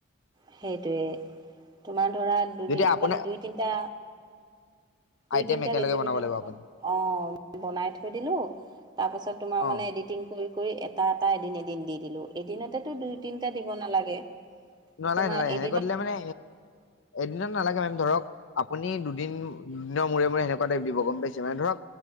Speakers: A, on the right; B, on the left.
A: সেইটোৱে তোমাৰ ধৰা দুদ
B: যদি আপোনাৰ
A: মানে দুই তিনিটা। দুই
B: আইটেম
A: তিনিটা
B: একেলগে
A: ৰেচিপি
B: বনাব
A: মানে
B: লাগিব আপুনি
A: অ বনাই থৈ দিলোঁ। তাৰ পাছত তোমাৰ
B: অ',
A: মানে এডিটিং। কৰি এটা এটা এদিন এদিন দি দিলো এদিনতেতো দুই তিনটা দিব নালাগে।
B: নলাগে
A: তোমাৰ
B: নলাগে
A: এদিনত
B: সেনেকৈ দিলে মানে এদিনত নালাগে মেম ধৰক আপুনি দুদিন দুদিনৰ মূৰে মূৰে সনেকুৱা টাইপ দিব গম পাইছে মানে ধৰক